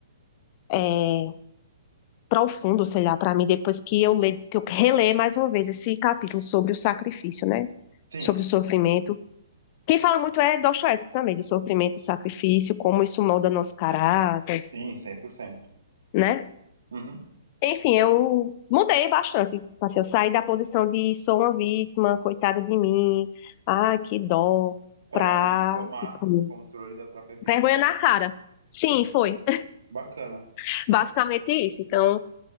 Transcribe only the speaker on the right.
Sim.
Sim, 100%.
Uhum.
Para
realmente tomar
controle da própria vida,
assim.
Sim.
Bacana.